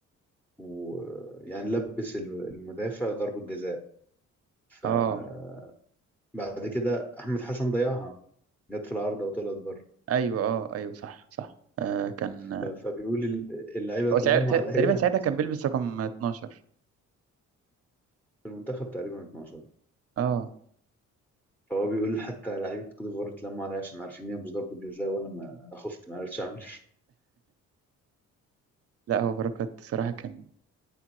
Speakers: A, in the centre; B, on the right (about 50°).
A: ويعني لبس الم- المدافع ضربة جزاء فبعد
B: اه
A: كده أحمد حسن ضيعها جت في العارضة وطلعت بره
B: ايوه اه ايوه صح صح آه كان
A: ف- فبيقول ال- اللعيبة
B: هو
A: اتلموا
B: ساع... ت-
A: عليا
B: تقريبا ساعتها كان بيلبس رقم 12
A: في المنتخب تقريبا 12
B: اه
A: فهو بيقول حتى لعيبة كوت ديفوار اتلموا عليا عشان عارفين إن هي مش ضربة جزاء وأنا ما أنا خفت ما عرفتش أعمل
B: لا هو بركات صراحة كان